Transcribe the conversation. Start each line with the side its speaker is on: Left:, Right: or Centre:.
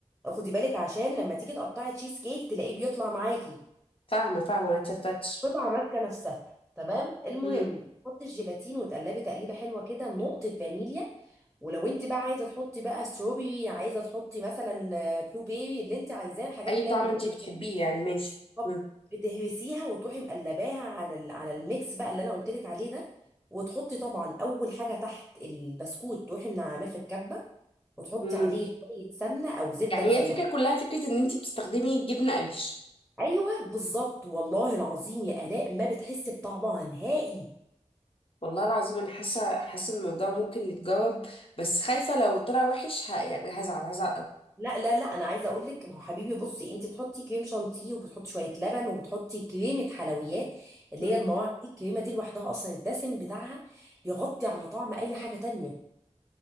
Centre: خدي بالك عشان لما تيجي تقطعي تشيز كيك تلاقيه بيطلع معاكي
Left: فاهمه فاهمه ما تفتتش
Centre: قطعه ماسكه نفسها تمام المهم
Left: امم
Centre: تحطي الجيلاتين وتقلبي تقليبه حلوه كده نقطه فانيليا ولو انت بقى عايزه تحطي بقى ستروبري عايزه تحطي مثلا آه، بلو بيري اللي انت عايزاه الحاجات
Left: اي
Centre: اللي
Left: طعم
Centre: هي المجففه
Left: انت بتحبيه يعني ماشي
Centre: طب
Left: امم
Centre: بتهرسيها وتروحي مقلباها على ال- على الميكس بقى اللي انا قلت لك عليه ده وتحطي طبعا اول حاجه تحت البسكوت تروحي منعماه في الكبه وتحطي
Left: امم
Centre: عليه شويه سمنه او زبده
Left: يعني هي
Centre: تسيح
Left: الفكره كلها فكره ان انت بتستخدمي جبنه قريش
Centre: ايوه بالظبط والله العظيم يا الاء ما بتحسي بطعمها نهائي
Left: والله العظيم انا حاسه حاسه إن الموضوع ممكن يتجاوب بس خايفه لو طلع وحش ه... يعني هزعل هزعل قوي
Centre: لا لا لا انا عايزه اقول لك ما هو حبيبي بصي انت بتحطي كريم شانتيه وبتحطي شويه لبن وبتحطي كريمه حلويات اللي
Left: مم.
Centre: هي المواعيد دي الكريمه دي لوحدها اصلا الدسم بتاعها يغطي على طعم اي حاجه تانية